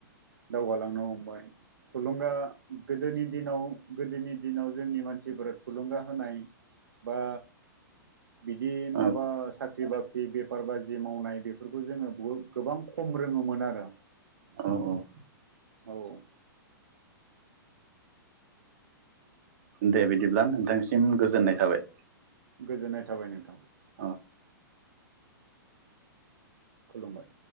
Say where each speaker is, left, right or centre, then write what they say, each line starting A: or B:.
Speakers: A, on the right; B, on the right.
A: दावगालांनो हमबाय थुलुंगा गोदोनि दिनाव गोदोनि दिनाव जोंनि मानसिफोरा थुलुंगा होनाय बा बिदि
B: औ
A: माबा साख्र ख्रि बाख्रि बेफार बाजि मावनाय बेफोरखौ जोङो गोबां खम रोङोमोन आरो।
B: औ औ।
A: औ।
B: दे बिदिब्ला नोंथांसिम गोजोननाय थाबाय।
A: गोजोननाय थाबाय नोंथां।
B: औ।
A: खुलुमबाय।